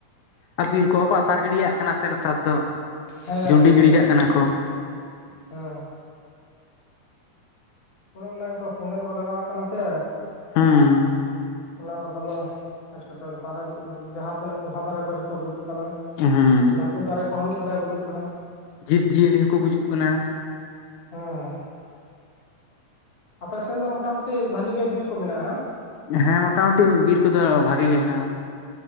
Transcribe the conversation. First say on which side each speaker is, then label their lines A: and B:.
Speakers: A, on the left; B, on the left.
A: ᱟᱨ ᱵᱤᱨ ᱠᱚᱦᱚᱸ ᱠᱚ ᱟᱛᱟᱨ ᱜᱤᱲᱤᱭᱟᱜ ᱠᱟᱱᱟ ᱥᱮ ᱱᱮᱛᱟᱨ ᱫᱚ
B: ᱦᱮᱸ
A: ᱡᱩᱰᱤ ᱜᱤᱰᱤ ᱠᱟᱜ ᱠᱟᱱᱟ ᱠᱚ
B: ᱦᱮᱸ ᱚᱱ ᱚᱱᱟ ᱜᱮᱛᱚ ᱥᱮᱸᱜᱮᱞ ᱠᱚ ᱞᱟᱜᱟᱣᱟᱜ ᱠᱟᱱᱟ ᱥᱮ
A: ᱦᱩᱸ
B: ᱚᱱᱟ ᱫᱚ ᱫᱚᱢᱮ ᱮᱸᱴᱠᱮᱴᱚᱬᱮ ᱫᱟᱨᱮ ᱡᱟᱦᱟᱸ ᱛᱤᱱᱟᱹᱜ ᱯᱚᱦᱟ ᱫᱟᱨᱮ ᱠᱚ ᱡᱚᱛᱚ ᱜᱩᱡᱩᱜ ᱠᱟᱱᱟ
A: ᱦᱮᱸ
B: ᱞᱟᱹᱴᱩ ᱫᱟᱨᱮ ᱠᱚᱦᱚᱸ ᱢᱤᱫᱵᱟᱨᱭᱟ ᱜᱩᱡᱩᱜ ᱠᱟᱱᱟ
A: ᱡᱤᱵᱽᱡᱤᱭᱟᱹᱞᱤ ᱦᱚᱸᱠᱚ ᱜᱩᱡᱩᱜ ᱠᱟᱱᱟ
B: ᱦᱮᱸ ᱟᱯᱮ ᱥᱮᱱ ᱫᱚ ᱢᱚᱴᱟ ᱢᱩᱩᱴᱤ ᱵᱷᱟᱞᱤ ᱜᱮ ᱵᱤᱨ ᱠᱚ ᱢᱮᱱᱟᱜ-ᱟ ᱦᱟᱝ
A: ᱦᱮᱸ ᱢᱚᱴᱟᱢᱩᱴᱤ ᱵᱤᱨ ᱠᱚᱫᱚ ᱵᱷᱟᱜᱤ ᱜᱮ ᱦᱮᱱᱟᱜ-ᱟ